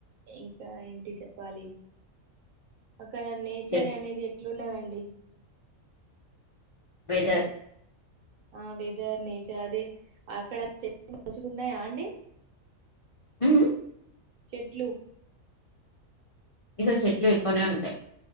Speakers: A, on the right; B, on the left.
A: ఇంకా ఏంటి చెప్పాలి అక్కడ నేచర్
B: చెప్
A: అనేది ఎట్లుండదండి ఏయ్
B: వెదర్
A: ఆ వెదర్ నేచర్ అది అక్కడ చె మంచిగున్నాయా అండి
B: అవును
A: చెట్లు
B: ఇక చెట్లు ఎక్కువనే ఉంటాయి